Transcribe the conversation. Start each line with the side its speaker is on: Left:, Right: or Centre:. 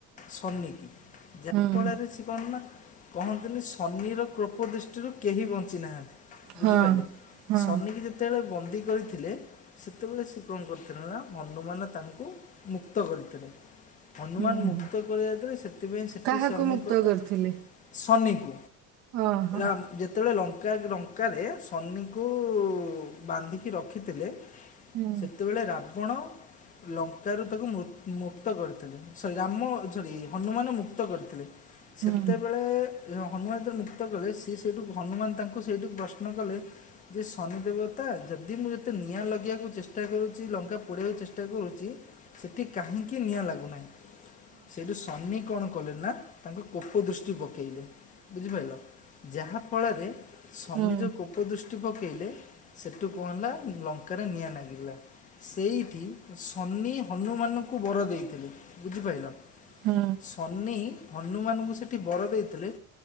Left: ଶନିକି ଯା
Right: ହୁଁ
Left: ଫଳରେ ସେ କଣ ନା କହନ୍ତିନି ଶନିର କୃପ ଦୃଷ୍ଟିରୁ କେହି ବଞ୍ଚି ନାହାନ୍ତି। ବୁଝିପାରିଲେ
Right: ହଁ ହଁ
Left: ଶନିିକି ଯେତେବେଳେ ବନ୍ଦୀ କରିଥିଲେ ସେତେବେଳେ ସିଏ କଣ <unintelligible> ହନୁମାନ ତାଙ୍କୁ ମୁକ୍ତ କରିଥିଲେ। ହନୁମାନ
Right: ହୁଁ
Left: ମୁକ୍ତ କରି ଯାଇଥିଲେ। ସେଥିପାଇଁ ସେଠି
Right: କାହାକୁ
Left: ଶନିଙ୍କ
Right: ମୁକ୍ତ କରିଥିଲେ?
Left: ଶନି <inaudible>
Right: ଓହୋ।
Left: ରାମ ଯେତେବେଳେ ଲଙ୍କା ଲଙ୍କାରେ ସନିକୁ ବାନ୍ଧିକି ରଖିଥିଲେ।
Right: ହୁଁ
Left: ସେତବେଳେ ରା ଆପଣ ଲଙ୍କାରୁ ତାକୁ ମୁ ମୁକ୍ତ କରିଥିଲେ, ସରି ରାମ ହନୁମାନ ମୁକ୍ତ କରିଥିଲେ,
Right: ହୁଁ
Left: ସେତେବେଳେ ହନୁମାନ ଯେ ମୁକ୍ତ କଲେ, ସିଏ ସେଇଠୁ, ହନୁମାନ ତାଙ୍କୁ ସେଇଠୁ ପ୍ରଶ୍ନ କଲେ, ଯେ ଶନି ଦେବତା ଯଦି ଯଦି, ମୁଁ ଯେତେ ନିଆଁ ଲଗିବାକୁ ଚେଷ୍ଟା କରୁଛି, ଲଂ <unintelligible> ଚେଷ୍ଟା କରୁଛି ସେଠି କାହିଁକି ନିଆଁ ଲାଗୁନାହିଁ, ସେଇଠୁ ଶନି କଣ କଲେ ନା ତାଙ୍କ କୋପ ଦୃଷ୍ଟି ପକାଇଲେ, ବୁଝିପାରିଲ ଯାହାଫଳରେ ଶନି
Right: ହୁଁ
Left: ଯେଉ କୋପ ଦୃଷ୍ଟି ପକେଇଲେ, ସେ ଠୁ, କଣ ହେଲା, ଲଙ୍କାରେ ନିଆଁ ଲାଗିଲା। ସେଇ ଶନି ହନୁମାନଙ୍କୁ ବର ଦେଇଥିଲେ, ବୁଝିପାରିଲ।
Right: ହୁଁ
Left: ଶନି ହନୁମାନଙ୍କୁ ସେଠି ବର ଦେଇଥିଲେ,